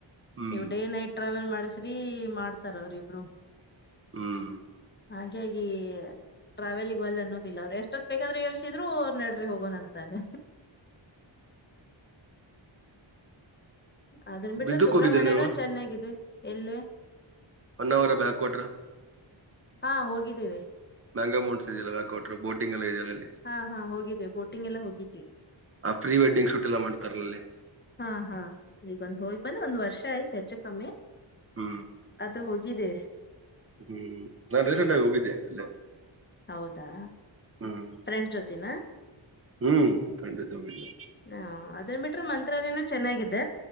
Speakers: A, on the right (about 30°); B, on the left (about 25°).
A: ಹ್ಮ್
B: ನೀವ್ ಡೇ ನೈಟ್ ಟ್ರಾವೆಲ್ ಮಾಡಸ್ರಿ ಮಾಡ್ತಾರ ಅವ್ರ ಇಬ್ರು.
A: ಹ್ಮ್.
B: ಹಾಗಾಗಿ ಟ್ರಾವೆಲಿಗ್ ಒಲ್ಲೆ ಅನ್ನೋದಿಲ್ಲ ಅವರು ಎಷ್ಟೊತ್ ಬೇಕಾದ್ರೆ ಯಬ್ಸಿದ್ರು ನಡ್ರಿ ಹೋಗ್ ಹಗನ್ ಅಂತಾರೆ ಅದನ್ ಬಿಟ್ರೆ
A: ಇದಕ್
B: ಸುಬ್ರ್ಮಣ್ಯನೂ
A: ಹೋಗಿದ್ರಿ ನೀವು
B: ಚೆನ್ನಾಗಿದೆ ಎಲ್ಲೇ
A: ಒನ್ ಅವರ್ ಬ್ಯಾಕ್ವಾಟ್ರ
B: ಹಾ ಹೋಗಿದ್ದೇವೆ
A: ಮ್ಯಾಂಗಾಮೋಟ್ಸ್ ಇದದೆಲ್ಲ ಬ್ಯಾಕ್ಟ ಬೋಿ್ಲ್ಲಿ ಇದದೆಲ್ಲ
B: ಹಾ ಹಾ ಹೋಗಿದ್ದೇವೆ ಬೋಟಿಂಗ್ ಎಲ್ಲ ಹೋಗಿದ್ವಿ
A: ಆ ಪ್ರೀ ವಡ್ಡಿಂಗ್ ಶೂಟ್ ಎಲ್ಲ ಮಾಡ್ತಾರಲ್ಲಲ್ಲಿ
B: ಹಾ ಹಾ ಈಗೊಂದ್ ಹೋಗಿ ಬಂದ್ರೆ ಒಂದ್ ವರ್ಷ ಆಯ್ತು ಹೆಚ್ಚ ಕಮ್ಮಿ
A: ಹ್ಮ್
B: ಹತ್ರ ಹೋಗಿದೆ
A: ಹ್ಮ್ ನಾನ್ ರೀಸೆಂಟ್ ಆಗಿ ಹೋಗಿದ್ದೆ ಅಲ್ಲೇ
B: ಹೌದಾ
A: ಹ್ಮ್
B: ಫ್ರೆಂಡ್ ಜೊತಿನ
A: ಹ್ಮ್ ಖಂಡಿತ ಹೋಗಿಲ್ಲ
B: ಹಾ ಅದ್ರ ಬಿಟ್ರೆ ಮಂತ್ರಾಲಯನ ಚೆನ್ನಿದ್ದ